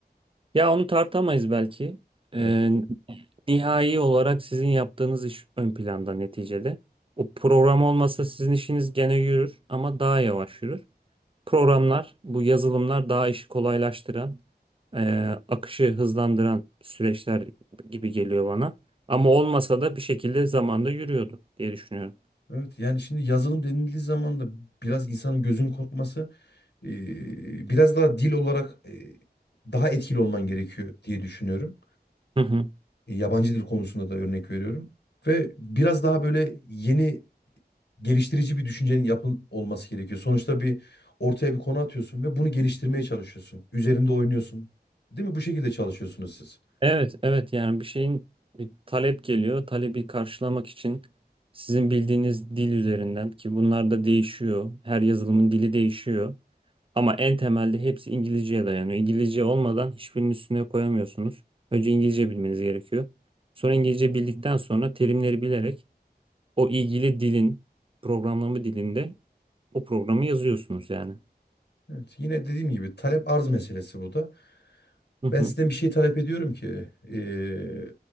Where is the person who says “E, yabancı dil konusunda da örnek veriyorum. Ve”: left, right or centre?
Left